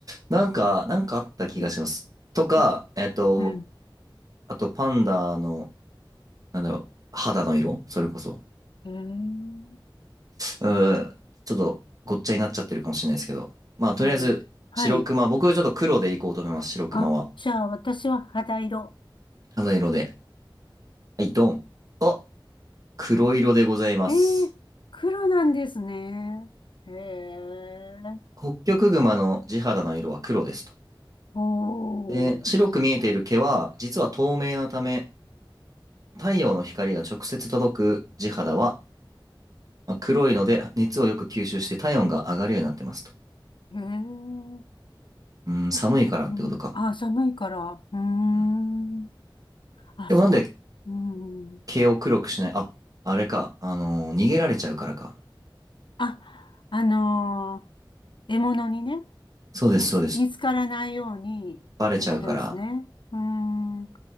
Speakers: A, on the right; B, on the left.
A: なんか、なんかあった気がします。
B: いっ
A: とか、
B: かけ。
A: えっと、
B: うん。
A: あとパンダの、なんだろう、肌の色それこそ。
B: へえ。
A: うーちょっとごっちゃになっちゃってるかもしれないですけど。まあ、
B: はい。
A: とりあえず、
B: はい。
A: 白熊。僕ちょっと黒でいこうと思います。白熊は。
B: あ、じゃあ私は肌色。
A: 肌色で。はい、ドン。あ、黒色でございます。
B: ええ、黒なんですね。へえ。
A: ホッキョクグマの地肌の色は黒ですと。
B: お
A: で、
B: ー。
A: 白く見えている毛は実は透明なため、太陽の光が直接届く地肌は、まあ黒いので熱をよく吸収して体温が上がるようになってますと。
B: へえ。
A: うん、寒いからってことか。
B: うん。あ、寒いから。うーん。
A: うん
B: あ、
A: でもなんで
B: そっか。うーん。
A: 毛を黒くしないあ、あれか。あのー逃げられちゃうからか。
B: あ、あのー獲物にね、
A: そうです、
B: 見つ、
A: そうです。
B: 見つからないようにっていうことですね。
A: バレちゃうから、
B: うーん。